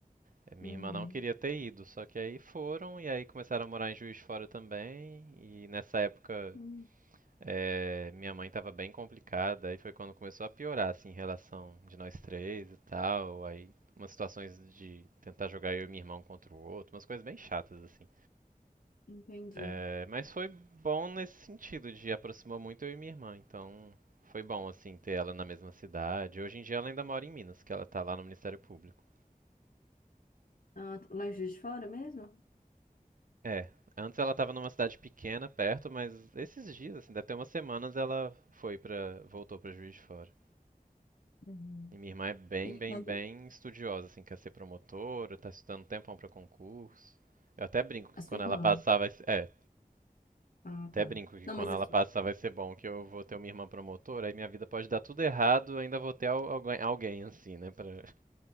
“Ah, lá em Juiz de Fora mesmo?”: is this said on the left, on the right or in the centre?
Left